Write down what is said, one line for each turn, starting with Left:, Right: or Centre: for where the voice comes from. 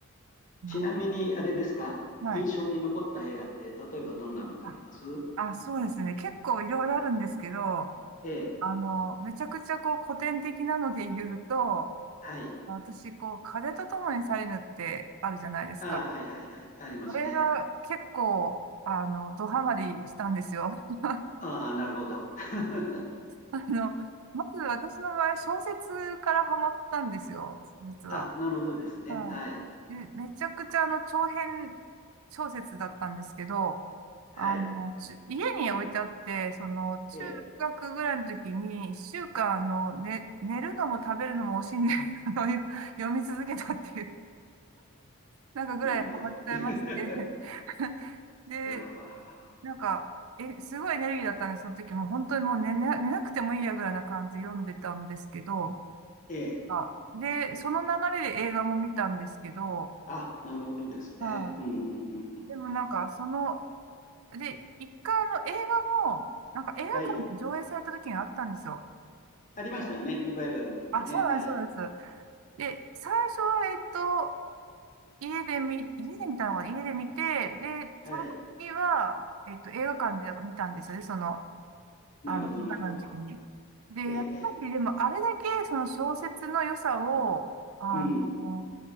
Left: ちなみに、
Right: はい。
Left: あれですか、
Right: うんはい
Left: 印象に残った映画って、例えばどんなのがあります
Right: あ、あそうですね。結構いろいろあるんですけど、
Left: ええ、
Right: あの、めちゃくちゃこう古典的なので言うと、
Left: はい。
Right: 私、こう、風と共に去れぬってあるじゃないですか。
Left: ああ、はいはいはい。ありますね。
Right: あれが結構、あの、ドハマりしたんですよ。<laughs>
Left: ああ、なるほど。<laughs>
Right: あの、まず私の場合、小説からハマったんですよ、実は。
Left: あ、なるほどですね。
Right: はい。
Left: はい。
Right: で、めちゃくちゃあの、長編小説だったんですけど、
Left: はい。
Right: あの、ち家に置いてあって、その、中
Left: ええ、
Right: 学ぐらいの時に、一週間、あの、ね、寝るのも食べるのも惜しんで、あの、よ <laughs> 読み続けたっていう、なんかぐらいハマっちゃいまして。
Left: なるほど。<laughs>
Right: <laughs> で、
Left: やはははは
Right: なんか、え、すごいエネルギーだったんで、その時もう本当にもうね寝な、寝なくてもいいやぐらいな感じで読んでたんですけど、
Left: ええ、
Right: あ、で、その流れで映画も見たんですけど、
Left: あ、なるほどですね。
Right: う
Left: うんうんうんうん。
Right: でもなんか、その、で、一回あの映画も、なんか映画館で上映された時があったんですよ。
Left: はい。ありましたよね。リバイバルの時ね。
Right: あ、そうなんです、
Left: はい。
Right: そうなんです。で、最初は、えっと、家で見、家で見たのかな、家で見て、で、その時は、
Left: はい。
Right: えっと、映画館で見たんですよね、その、
Left: なるほど、
Right: あの、見たの時に。
Left: なるほど。
Right: で、
Left: ええ、
Right: やっぱり、
Left: ええ。
Right: でも、あれだけ、その小説の良さを、あの、
Left: うん。